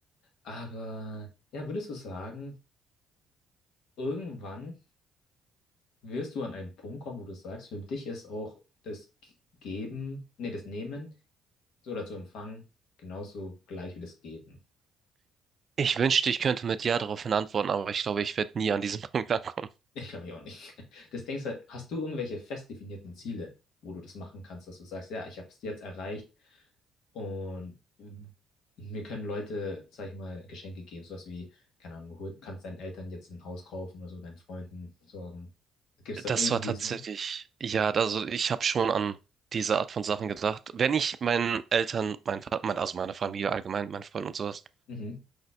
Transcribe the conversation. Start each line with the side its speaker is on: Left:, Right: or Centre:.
Left: Aber ja, würdest du sagen, irgendwann wirst du an einen Punkt kommen, wo du sagst, für dich ist auch das G- Geben, nee, das Nehmen oder zu empfangen genauso gleich wie das Geben. <laughs>
Right: Ich wünschte, ich könnte mit Ja daraufhin antworten, aber ich glaube, ich werde nie an diesem <laughs> Punkt ankommen.
Left: Ich glaube ich auch nicht. <laughs> Das denkst halt, hast du irgendwelche fest definierten Ziele, wo du das machen kannst, dass du sagst, ja, ich habe es jetzt erreicht Und mir können Leute, sag ich mal, Geschenke geben. Sowas wie, keine Ahnung, du hol- kannst deinen Eltern jetzt ein Haus kaufen oder so, deinen Freunden sorgen. Gibt's da
Right: Das
Left: irgendwie
Right: war tatsächlich,
Left: sowas?
Right: ja, also ich habe schon an diese Art von Sachen gedacht. Wenn ich meinen Eltern, mein, Fa- mein, also meiner Familie allgemein, meinen Freunden und sowas,
Left: Mhm.